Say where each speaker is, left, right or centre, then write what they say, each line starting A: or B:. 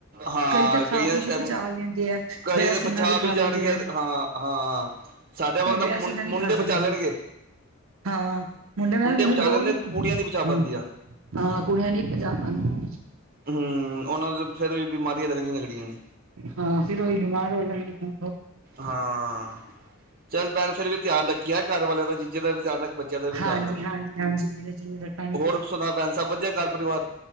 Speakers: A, on the right; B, on the right.
A: ਹਾਂ
B: ਕਈ ਤਾਂ ਖਾ
A: ਕਈਆਂ
B: ਪੀ
A: ਇਸ
B: ਕੇ,
A: ਟਾਈਮ
B: ਪਚਾ ਲੈਂਦੇ ਐ <unintelligible>
A: ਕਈ ਤੇ ਬਚਾ
B: ਵੀ ਖਾ
A: ਜਾਣਗੇ
B: ਲੈਂਦੇ ਐ।
A: ਹਾਂ, ਹਾਂ, ਸਾਡੇ ਵਾਂਗ ਤਾਂ।
B: ਬਯਾਸੀਨਾ
A: ਮੁੰ
B: ਨੀ
A: ਮੁੰਡੇ
B: ਖਾ
A: ਬਚਾ
B: ਸਕਦੀ
A: ਲੈਣਗੇ।
B: ਹਾਂ ਮੁੰਡੇ <unintelligible>
A: ਬਚਾ
B: ਹੂੰ,
A: ਲੈਂਦੇ ਕੁੜੀਆਂ ਨੀ ਬਚਾ ਪਾਉਂਦੀਆਂ
B: ਹਾਂ ਕੁੜੀਆਂ ਨੀ, ਪਚਾ ਪਾਂਦੀਆਂ।
A: ਹੂੰ। ਓਨਾਂ ਨੂੰ ਤੇ ਫੇਰ ਊਵੀ ਬਿਮਾਰੀਆਂ ਲੱਗਦੀਆਂ-ਲੱਗਦੀਆਂ ਨੇ।
B: ਹਾਂ, ਫੇਰ ਓਹੀ, ਬਿਮਾਰ ਹੋ ਜਾਂਦੇ ਆਂ।
A: ਹਾਂ, ਚੱਲ ਭੈਣ ਫੇਰ ਵੀ, ਧਿਆਨ ਰੱਖੀ। ਹੈ ਘਰ ਵਾਲਿਆਂ ਦਾ, ਜੀਜੇ ਦਾ ਵੀ ਧਿਆਨ ਰੱਖ ਬੱਚਿਆਂ ਦਾ ਵੀ ਧਿਆਨ
B: ਹਾਂਜੀ
A: ਰੱਖ।
B: ਹਾਂਜੀ ਹਾਂਜੀ ਵੀਰੇ ਜ਼ਰੂਰ ਰੱਖਾਂਗੇ
A: ਹੋਰ ਸੁਣਾ ਭੈਣ ਸਾਬ ਵਧੀਆ ਘਰ ਪਰਿਵਾਰ?